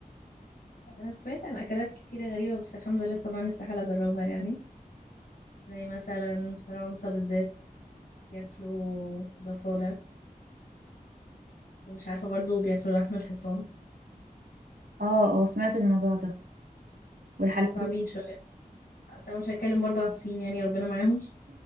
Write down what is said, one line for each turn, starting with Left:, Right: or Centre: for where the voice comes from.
Left: انا سمعت عن اكلات كتيرة غريبة بس الحمد لله طبعا استحالة اجربها يعني زي مثلا فرنسا بالذات بياكلوا ضفادع ومش عارفة برضو بياكلوا لحم الحصان
Right: اه اه سمعت الموضوع ده والحلزون
Left: هما صعبين شوية طبعا مش هتكلم برضو على الصين يعني ربنا معاهم <laughs>